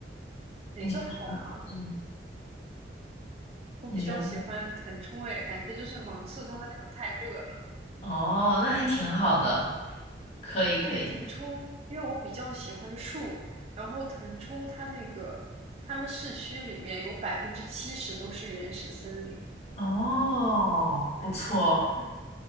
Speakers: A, on the right; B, on the left.
A: 哪个好吗？
B: 你觉得哪个好？嗯，
A: 我比较喜欢腾冲，
B: 你觉得？
A: 哎，感觉就是芒市他们那种太热了。
B: 哦，那还挺好的，可以可以。
A: 对，腾冲，因为我比较喜欢树，然后腾冲它那个，他们市区里面有百分之七十都是原始森林。
B: 哦，不错，
A: 对，